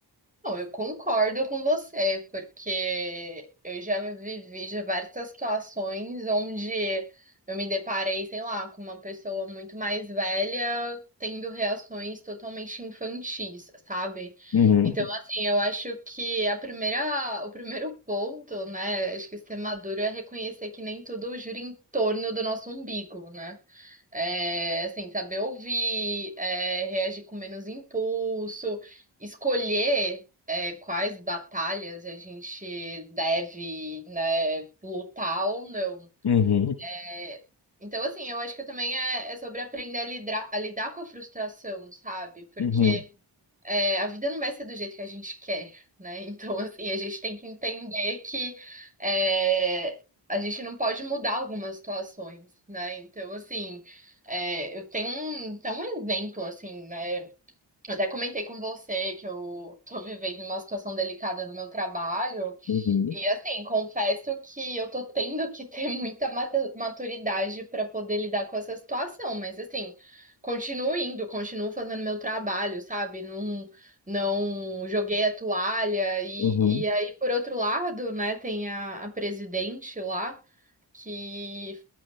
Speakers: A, on the right; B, on the left.
A: Não, eu concordo com você, porque eu já vivi diversas situações onde eu me deparei, sei lá, com uma pessoa muito mais velha tendo reações totalmente infantis, sabe?
B: Uhum,
A: Então, assim, eu acho que a primeira, o primeiro ponto, né, acho que ser maduro é reconhecer que nem tudo gira em torno do nosso umbigo, né? É, assim, saber ouvir, é, reagir com menos impulso, escolher, é, quais batalhas a gente deve, né, lutar ou não.
B: uhum,
A: É, então, assim, eu acho que também é, é sobre aprender a lidar, a lidar com a frustração, sabe? Porque
B: uhum,
A: é, a vida não vai ser do jeito que a gente quer, né? <laughs> Então, assim, a gente tem que entender que é, a gente não pode mudar algumas situações, né? Então, assim, é, eu tenho um, então um exemplo, assim, né? Eu até comentei com você que eu tô vivendo uma situação delicada no meu trabalho.
B: uhum, uhum,
A: E assim, confesso que eu tô tendo que <laughs> ter muita mata- maturidade para poder lidar com essa situação, mas assim, continuo indo, continuo fazendo meu trabalho, sabe? Não, não joguei a toalha. E,
B: uhum.
A: e aí, por outro lado, né, tem a, a presidente lá que